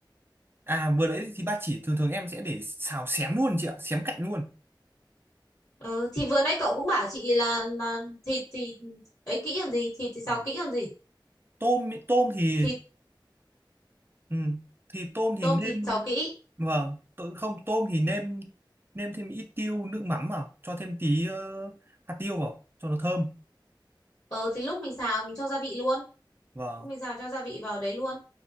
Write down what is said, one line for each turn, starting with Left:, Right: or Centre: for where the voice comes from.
Right: à vừa nãy thì bác chỉ thường thường em sẽ để xào xém luôn chị ạ xém cạnh luôn
Left: Ừ. thì vừa nãy cậu cũng bảo chị là là thịt thì ấy kỹ còn gì thịt thì xào
Right: Vâng.
Left: kỹ còn gì
Right: tôm ý, tôm thì
Left: thịt
Right: Ừ. Thì tôm thì
Left: tôm
Right: nên
Left: thịt xào kỹ
Right: vâng, tôi không tôm thì nêm nêm thêm ít tiêu nước mắm vào, cho thêm tí ờ, hạt tiêu vào cho nó thơm.
Left: ừ thì lúc mình xào mình cho gia vị luôn
Right: Vâng.
Left: lúc mình xào cho gia vị vào đấy luôn